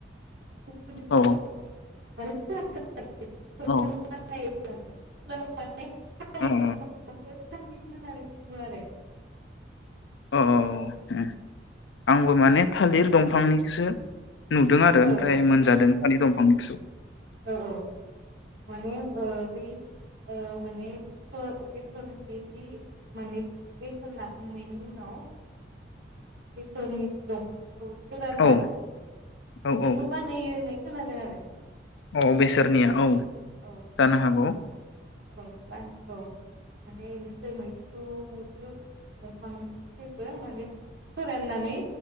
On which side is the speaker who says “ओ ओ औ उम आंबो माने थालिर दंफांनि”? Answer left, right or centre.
Left